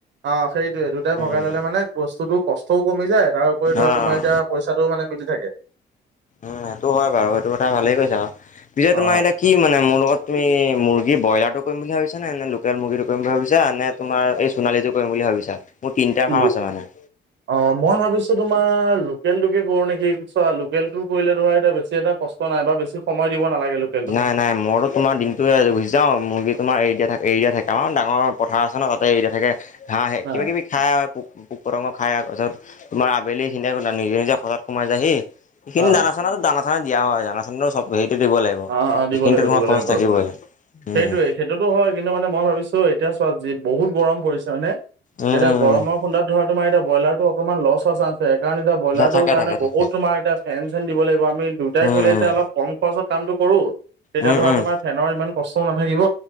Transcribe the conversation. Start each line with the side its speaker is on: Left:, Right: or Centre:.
Right: অ', সেইটোয়ে এই দুটাই
Left: উম,
Right: ভগাই ললে মানে বস্তুতো কষ্টও কমি যায়, তাৰ উপৰি ধৰা
Left: অ',
Right: তোমাৰ এতিয়া পইচাটোও মানে মিলি থাকে।
Left: উম, সেইটো হয় বাৰু সেইটো কথা ভালেই কৈছা আৰু। পিছে
Right: অ
Left: তোমাৰ এতিয়া কি মানে মোৰ লগত তুমি মুৰ্গী ব্ৰইলাৰটো কৰিম বুলি ভাবিছ নে, নে লোকেল মুৰ্গীটো কৰিম বুলি ভাবিছা, নে তোমাৰ এই সোনণালীটো কৰিম বুলি ভাবিছা? মোৰ তিনিটা ফাৰ্ম
Right: লো
Left: আছে মানে।
Right: অ', মই ভাবিছোঁ তোমাৰ লোকেলটোকে কৰো নেকি? চোৱা লোকেলটো কৰিলে তোমাৰ এতিয়া বেছি এটা কষ্ট নাই বৰ বেছি সময় দিব নালাগে লোক
Left: নাই-নাই মইতো তোমাৰ দিনটোয়ে গুছি যাওঁ মুৰ্গী তোমাৰ এৰিদিয়া থাকে এৰিদিয়া থাকে থাকে আমাৰ ডাঙৰ পথাৰ আছে ন তাতে এৰিদিয়া থাকে, ঘাঁহে
Right: অ
Left: কিবা কিবি খাই পোক-পোক পতংগ খাই পাছত তোমাৰ আবেলি খিনিয় নিজে-নিজে হঠৎ সোমাই যায়হি। সেইিনি
Right: অ
Left: দানা চানাটো দানা চানা দিয়া হয়, দানা চানা টো চব হেৰিটো দিব লাগিব।
Right: অ', অ',
Left: সেইখিনিতো
Right: দিব লাগিব-দিব
Left: তোমাৰ খৰচ
Right: লাগিব বাৰু,
Left: থাকিবই উম
Right: সেইটোৱেই। সেইটোতো হয় কিন্তু মানে মই ভাবিছোঁ এতিয়া চোৱা যি বহুত গৰম পৰিছে হয়নে?
Left: উম
Right: এতিয়া
Left: উম
Right: গৰমৰ খুন্দাত ধৰা তোমাৰ এতিয়া ব্ৰইলাৰটো অকনমান লছ হোৱা চান সেই কাৰণে এতিয়া ব্ৰইলাৰটোৰ
Left: থাকে
Right: কাৰণে
Left: থাকে থাকে
Right: বহুত তোমাৰ এতিয়া ফেন চেন দিব লাগিব আমি দুটাই
Left: উম
Right: কৰিলে এতিয়া অলপ কম খৰচত কামটো কৰোঁ, তেতিয়া
Left: উম
Right: ধৰা
Left: উম উম
Right: তোমাৰ ফেনৰ ইমান কষ্টও নাথাকিব